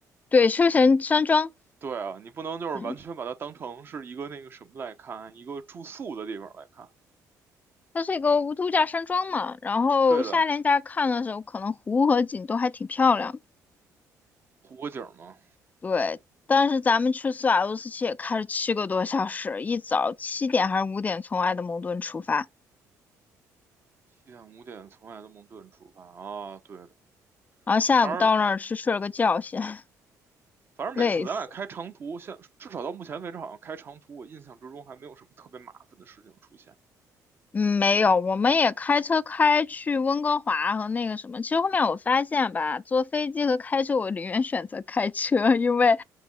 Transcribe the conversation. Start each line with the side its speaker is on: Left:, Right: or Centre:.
Left: 对，休闲山庄，
Right: 对啊，你不能就是完全把它当成是一个那个什么来看，
Left: 嗯，
Right: 一个住宿的地方来看。
Left: 它是一个度假山庄嘛，然后夏天大家看的时候，
Right: 对的，
Left: 可能湖和景都还挺漂亮的。
Right: 湖泊景嘛，
Left: 对，但是咱们去苏瓦洛斯奇也开了七个多小时，一早七点还是五点从埃德蒙顿出发，
Right: 七点五点从埃德蒙顿出发啊，对的，
Left: 然后下午到那儿去睡了个觉先，
Right: 反正
Left: <laughs>
Right: 反正每次咱俩开长途，
Left: 累死。
Right: 现至少到目前为止好像开长途，我印象之中还没有什么特别麻烦的事情出现。
Left: 嗯，没有，我们也开车开去温哥华和那个什么。其实后面我发现吧，坐飞机和开车，我宁愿选择开车，因为